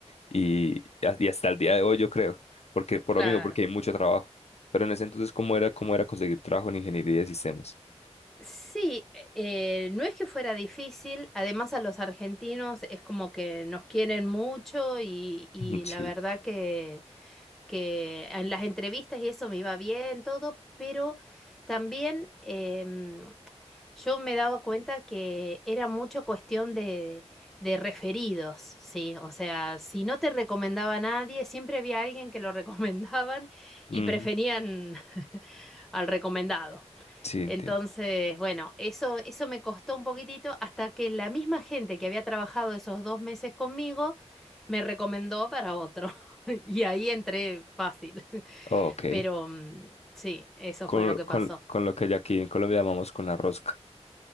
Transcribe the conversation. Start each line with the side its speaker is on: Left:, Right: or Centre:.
Left: y, y hasta el día de hoy, yo creo, porque por
Centre: Claro.
Left: lo mismo, porque hay mucho trabajo. Pero en ese entonces, ¿cómo era, cómo era conseguir trabajo en ingeniería de sistemas?
Centre: Sí, eh, no es que fuera difícil, además a los argentinos es como que nos quieren mucho y, y
Left: Ujú, Sí,
Centre: la verdad que, que en las entrevistas y eso me iba bien todo, pero también em, Yo me daba cuenta que era mucho cuestión de, de referidos, sí. O sea, si no te recomendaba a nadie, siempre había alguien que lo <laughs> recomendaban y
Left: ujú,
Centre: preferían al recomendado.
Left: Sí, entiendo.
Centre: Entonces, bueno, eso, eso me costó un poquitito hasta que la misma gente que había trabajado esos dos meses conmigo me recomendó para otro. <laughs> Y ahí entré fácil. <laughs>
Left: ok.
Centre: Pero mm, sí, eso
Left: Con,
Centre: fue lo que pasó.
Left: con, con lo que ya aquí en Colombia llamamos con la rosca.